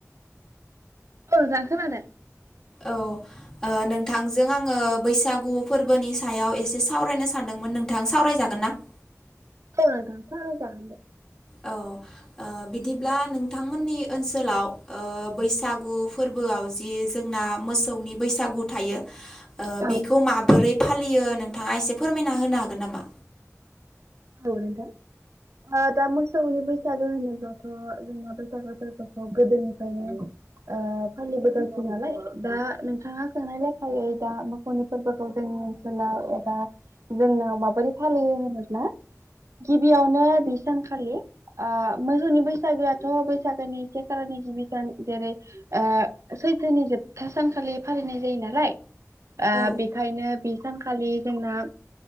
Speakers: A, on the right (about 65°); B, on the left (about 15°).
A: औ नोंथां खोनादों
B: औ नोंथांजों आङो बैसागु फोरबोनि सायाव एसे सावरायनो सानदोंमोन नोंथां सावरायजागोन ना <unintelligible>
A: औ नोंथां सावराय जागोन दे
B: औ ओ बिदिब्ला नोंथांमोननि ओनसोलाव ओ बैसागु फोरबो मोसौआव जि जोंना मोसौनि बैसागु थायो। ओ
A: औ
B: बेखौ माबोरै फालियो नोंथाङा एसे फोरमायना होनो हागोन नामा?
A: औ नोंथां। दा मोसौनि बैसागो होनोब्लाथ' जों बैसागो फोरबोखौ गोदोनिफ्रायनो ओ फालिबोगासि नालाय दा नोंथाङा सोंनाय लेखायै दा मोसौनि फोरबोखौ जों ओनसोलाव एबा जोंनाव माबोरै फालियो होनोब्ला। गिबियावनो बि सानखालि। ओ मोसौनि बैसागोआथ' बैसागोनि से खालारनि गिबि सान जेरै ओ सैथोनि जोबथा सानखालि फालिनाय जायो नालाय ओ
B: औ
A: बेखायनो बे सानखालि जोंना